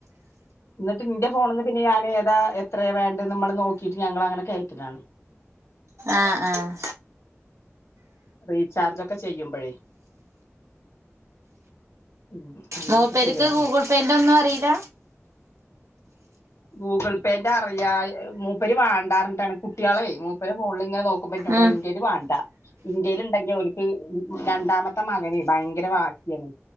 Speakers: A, on the left; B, on the right.
A: ഇന്നട്ട് ഇന്റെ ഫോണ്ന്ന് പിന്നെ ഞാന് ഏതാ എത്രയ വേണ്ടന്ന് മ്മള് നോക്കിട്ട് ഞങ്ങള അങ്ങനെ കയറ്റലാണ്
B: ആഹ് ആഹ്
A: റീചാർജൊക്കെ ചെയ്യുംമ്പഴേ ഉം അങ്ങനെയൊക്കെ
B: മൂപ്പര്ക്ക്
A: ചെയ്യലാണ്
B: ഗൂഗ്ൾ പേന്റൊന്നു അറിയില്ല
A: ഗൂഗിൾ പേന്റെ അറിയായി മൂപ്പര് വാണ്ടാറിഞ്ഞിട്ടാണ് കുട്ട്യാളെ മൂപ്പര ഫോളളിങ്ങനെ നോ ക്കുമ്പ എന്നോടറയും
B: ഉം
A: ഇന്റേല് വേണ്ട ഇന്റെലിണ്ടെങ്കി ഓര്ക്ക് രണ്ടാമത്തെ മകന് ഭയങ്കര വാശിയാണ്